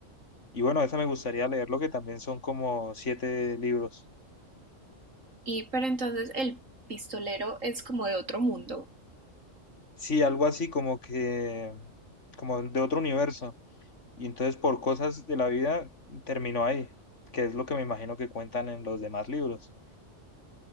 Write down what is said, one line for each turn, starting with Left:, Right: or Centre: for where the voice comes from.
Left: Y bueno, esa me gustaría leerlo, que también son como siete libros.
Right: Y pero entonces el pistolero es como de otro mundo.
Left: Sí, algo así como que, como de otro universo Y entonces por cosas de la vida terminó ahí, que es lo que me imagino que cuentan en los demás libros.